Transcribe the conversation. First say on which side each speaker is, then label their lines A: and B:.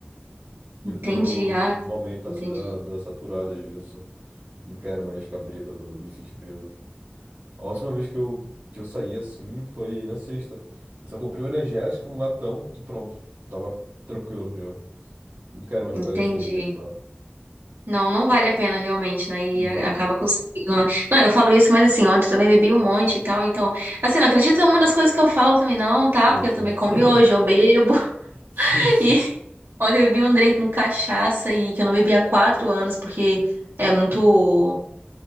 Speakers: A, on the right; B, on the right.
A: E
B: Entendi,
A: eu tô no, no
B: ah,
A: momento,
B: entendi,
A: assim, da, da saturada disso. Não quero mais ficar bêbado, me sentir bêbado. A última vez que eu, que eu saí assim foi na sexta. Eu só comprei um energético, um latão e pronto. Tava tranquilo já. Não quero mais
B: entendi.
A: ficar gastando dinheiro em bar.
B: Não, não vale a pena realmente, né, e
A: Não
B: a-
A: vale
B: acaba
A: mesmo.
B: com o sentido, né? Não, eu falo isso, mas assim, ontem eu também bebi um monte e tal, então, assim, não acredita em muitas coisas que eu falo também não, tá?
A: Sim,
B: Porque
A: sim.
B: eu também
A: <laughs>
B: como miojo, eu bebo,
A: Sim, sim.
B: E <laughs> ontem eu bebi um drink com cachaça e que eu não bebia há quatro anos, porque é muito.